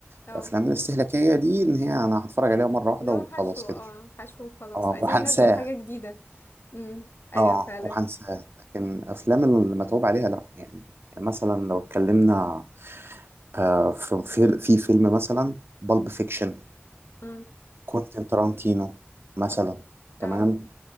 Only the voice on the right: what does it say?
الأفلام الاستهلاكية دي إن هي أنا هتفرج عليها مرة واحدة
وخلاص
كده
اه
وهنساه
اه
وهنساه لكن أفلام اللي متعوب عليها لأ يعني مثلا لو اتكلمنا آه، في في في فيلم مثلا بالب فيكشن
كوينتين تارانتينو مثلا تمام